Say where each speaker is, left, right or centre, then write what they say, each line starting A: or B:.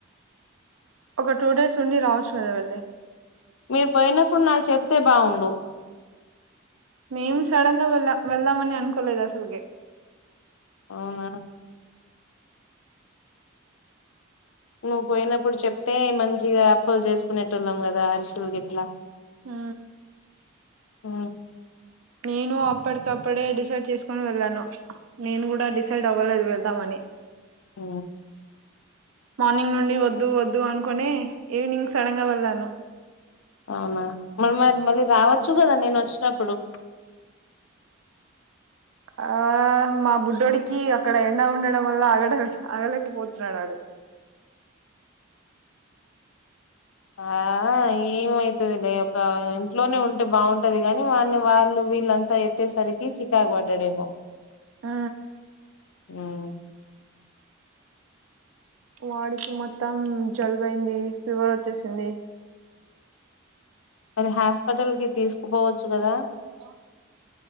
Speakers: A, on the right; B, on the left.
A: ఒక టూ డేస్ ఉండి రావచ్చు. కదా వెళ్ళి
B: మీరు పోయినప్పుడు నాకు చెప్తే బావుండు.
A: మేము సడన్ గా వెళ్ళామ్. వెళ్దామని అనుకోలేదు అసల్కే
B: అవునా నువ్ పోయినప్పుడు చెప్తే మంచిగా అప్పలు చేసుకునేటోళ్లం కదా అరిశలు గిట్లా
A: ఆ
B: ఆ
A: నేను అప్పటికప్పుడే డిసైడ్ చేసుకొని వెళ్ళాను. నేను కూడా డిసైడ్ అవ్వలేదు. వెళ్దామని
B: ఆ
A: మార్నింగ్ నుండి వద్దు వద్దు అనుకుని ఈవినింగ్ సడన్గా వెళ్ళాను.
B: అవునా మరి మరి మళ్ళీ రావచ్చు. కదా నేను వచ్చినప్పుడు
A: ఆ మా బుడ్డోడికి అక్కడ ఎండ ఉండడం వల్ల ఆగడం ఆగలేకపోతున్నాడాడు.
B: ఆ ఏమైతదిలే ఒక ఇంట్లోనే ఉంటే బాగుంటది. కాని వాని వాళ్ళు, వీళ్ళంతా ఎత్తేసరికి చికాకు పడ్డాడేమో
A: ఆ
B: అవును
A: వాడికి మొత్తం జలుబయింది ఫీవర్ వచ్చేసింది.
B: మరి హాస్పిటల్ కి తీసుకుపోవచ్చు. కదా
A: హలో